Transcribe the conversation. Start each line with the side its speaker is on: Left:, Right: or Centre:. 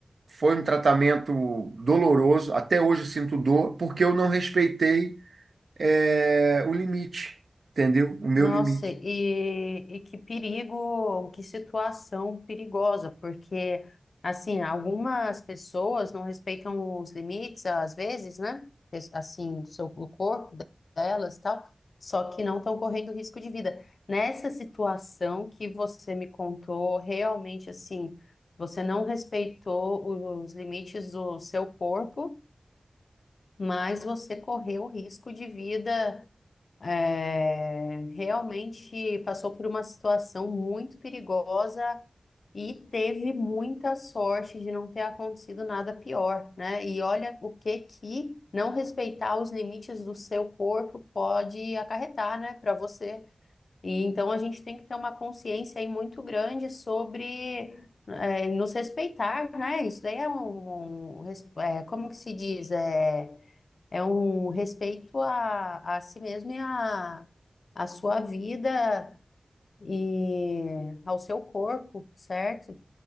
Right: Foi um tratamento doloroso. Até hoje eu sinto dor, porque eu não respeitei, é, o limite, entendeu? O meu
Left: Nossa,
Right: limite.
Left: e, e que perigo, que situação perigosa, porque, assim, algumas pessoas não respeitam os limites, às vezes, né? Es- Assim, do seu, do corpo delas e tal, só que não estão correndo risco de vida. Nessa situação que você me contou, realmente, assim, você não respeitou os limites do seu corpo, mas você correu risco de vida, é, realmente passou por uma situação muito perigosa e teve muita sorte de não ter acontecido nada pior, né? E olha o que que não respeitar os limites do seu corpo pode acarretar, né, para você. E então a gente tem que ter uma consciência aí muito grande sobre é, nos respeitar, né? Isso daí é um, um res- é, como que se diz? É, é um respeito a, a si mesmo e a, a sua vida e ao seu corpo, certo?